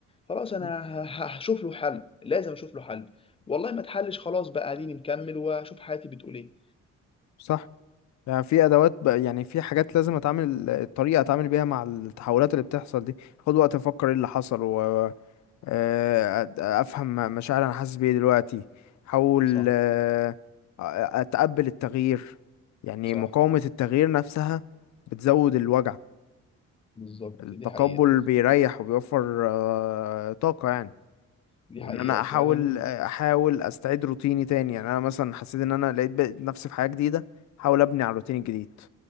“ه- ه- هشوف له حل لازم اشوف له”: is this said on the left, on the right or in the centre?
Left